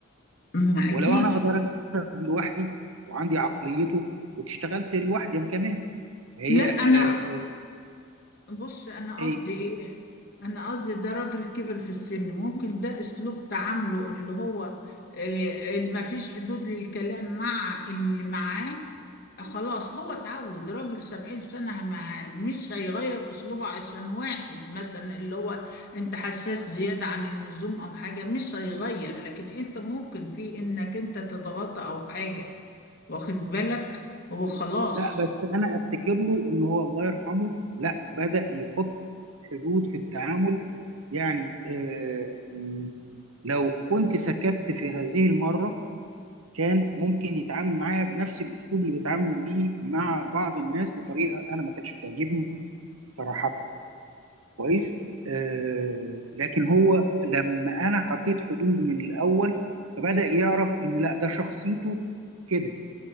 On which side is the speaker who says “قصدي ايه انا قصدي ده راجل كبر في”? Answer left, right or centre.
Left